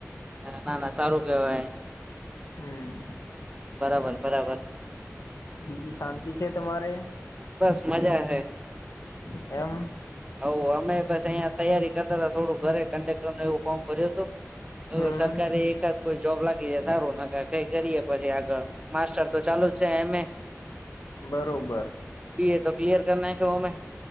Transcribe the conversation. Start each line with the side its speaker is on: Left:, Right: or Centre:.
Right: ના ના સારું કેવાય
Left: હમ
Right: બરાબર બરાબર.
Left: બીજી શાંતિ છે તમારે
Right: બસ મજા હૈ.
Left: એમ
Right: હ અમે પછી અહીંયા તૈયારી કરતા હતા થોડું ઘરે કંડક્ટર નું એવું ફોર્મ ભર્યું હતું
Left: હમ
Right: સરકારી એકાદ કોઈ જોબ લાગ સારું ના કઈ કરીએ પછી આગળ માસ્ટર તો ચાલુ જ છે એમ એ
Left: બરોબર.
Right: બી એ તો કિલયર કર નાખ્યો ઓમે